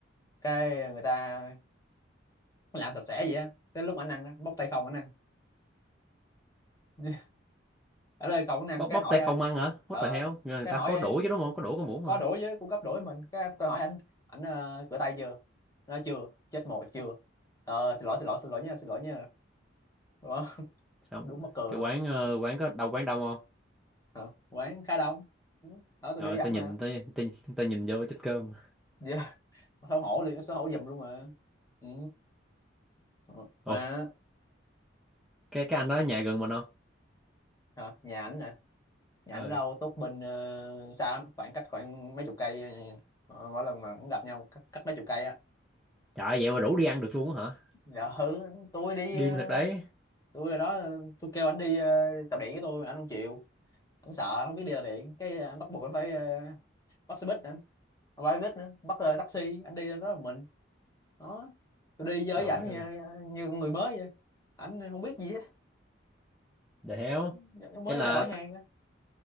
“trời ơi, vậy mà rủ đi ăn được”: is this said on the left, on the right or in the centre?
Centre